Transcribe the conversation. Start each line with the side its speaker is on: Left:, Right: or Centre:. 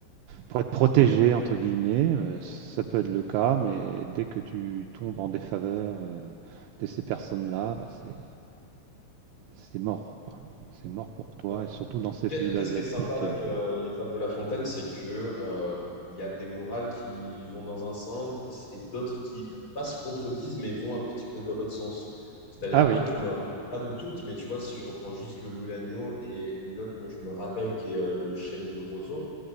Right: pour être protégé entre guillemets. Euh, ça peut être le cas, mais dès que tu tombes en défaveur euh, de ces personnes-là, bah, c'est c'est mort, quoi. C'est mort pour toi,
Left: Mm.
Right: et surtout dans ces pays
Left: Après,
Right: asiatiques.
Left: ce qui est sympa avec
Right: euh.
Left: euh, les fables de La Fontaine, c'est que euh, il y a des morales qui vont dans un sens et d'autres qui pas se contredisent mais vont un petit peu dans l'autre sens. C'est-à-dire
Right: Ah
Left: après,
Right: oui,
Left: je me rappelle pas de toutes, mais tu vois, si je reprends juste le loup et l'agneau et une autre dont je me rappelle qui est euh, le chêne et le roseau,